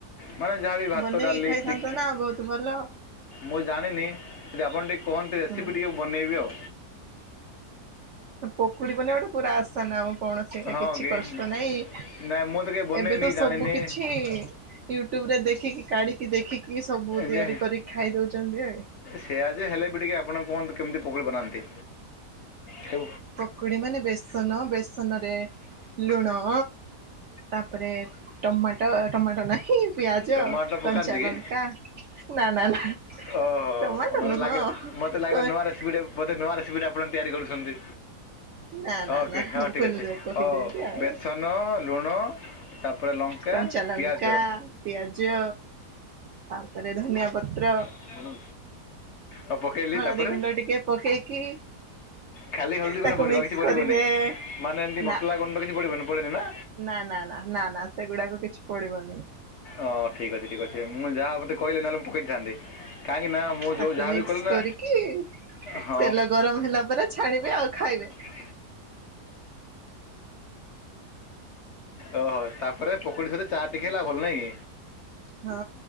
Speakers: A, on the left (about 60°); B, on the right (about 65°).
A: ମାନେ ଯାହାବି ଭାତ
B: ବନେଇକି
A: ଡାଲି
B: ଖାଇଥାନ୍ତ
A: ଚିକ୍
B: ନା ବହୁତ ଭଲ
A: ମୁଁ ଜାଣିନି, ଯଦି ଆପଣ ଟିକେ କୁହନ୍ତି ରେସିପି
B: ହଁ
A: ଟିକେ ବନେଇବି ଆଉ।
B: ପୋକୁଡି ବନେଇ ବାଟା ପୁରା ଆସନ ଆଉ କୌଣସି
A: ହଁ
B: କିଛି
A: କି
B: କଷ୍ଟ ନାହିଁ।
A: ନାଇଁ ମୁଁ ତ କେବେ ବନେଇନି
B: ଏବେ ତ
A: କି ଜାଣିନି
B: ସବୁ କିଛି ୟୁଟ୍ୟୁବ ରେ ଦେଖିକି କାଢିକି ଦେଖିକି ସବୁ ତିଆରି
A: ଯେ
B: କରିକି ଖାଇ ଦଉଛନ୍ତି ଆ
A: ସେଆ ଯେ ହେଲେ ବି ଟିକେ ଆପଣ କୁହନ୍ତୁ କେମିତି ପକୁଡ଼ି ବନାନ୍ତି ହେ
B: ପକୁଡି ମାନେ ବେସନ, ବେସନ ରେ ଲୁଣ ତାପରେ ଟମାଟୋ, ଟମାଟୋ ନାହିଁ ପିଆଜ,
A: ଟମାଟୋ
B: କଞ୍ଚା
A: ପକାନ୍ତି କି
B: ଲଙ୍କା ନା ନା ନା
A: ଓହୋ
B: ଟମାଟୋ
A: ମୋତେ
B: ନୁହଁ
A: ଲାଗିଲା ମୋତେ ଲାଗିଲା
B: କଣ
A: ନୂଆ ରେସିପିଟେ ବୋଧେ ନୂଆ ରେସିପି ଟା ଆପଣ ତିଆରି କରୁଛନ୍ତି।
B: ନା ନା
A: ଓକେ,
B: ନା
A: ହଁ ଠିକ୍
B: ଭୁଲରେ
A: ଅଛି
B: କହିଦେଲି
A: ହଉ
B: ଆଉ।
A: ବେସନ ଲୁଣ ତାପରେ ଲଙ୍କା,
B: କଞ୍ଚା ଲଙ୍କା
A: ପିଆଜ
B: ପିଆଜ ତାପରେ ଧନିଆ ପତ୍ର
A: ହୁଁ ଆଉ ପକେଇଲି
B: ହଳଦୀ
A: ତାପରେ
B: ଗୁଣ୍ଡ ଟିକେ ପକେଇକି
A: ଖାଲି ହଳଦୀ ଗୁଣ୍ଡ
B: ତାକୁ
A: ପଡ଼ିବ
B: ମିକ୍ସ
A: ଆଉ କିଛି ପଡ଼ିବନି
B: କରିବେ
A: ମାନେ ଏମିତି
B: ନା
A: ମସଲା ଗୁଣ୍ଡ କିଛି ପଡ଼ିବନି ପଡ଼େ ନି ନା?
B: ନା ନା ନା ନା ନା ସେଗୁଡ଼ାକ କିଛି ପଡ଼ିବନି।
A: ଓଃ ଠିକ୍ ଅଛି ଠିକ୍ ଅଛି ମୁଁ ଯାହା ହଉ ମୋତେ କହିଲେ ନହେଲେ ମୁଁ ପକେଇ ଦେଇଥାନ୍ତି କାହିଁକି ନା ମୁଁ ଯେଉଁ
B: ତାକୁ
A: ଯାହା
B: ମିକ୍ସ
A: ବି କଲି ନା
B: କରିକି
A: ହଁ
B: ତେଲ ଗରମ ହେଲା ପରେ ଛାଣିବେ ଆଉ ଖାଇବେ।
A: <unintelligible> ଓହୋଃ ତାପରେ ପକୁଡ଼ି ସହିତ ଚା ଟିକେ ହେଲେ ଭଲ ନାଇଁ କି?
B: ହଁ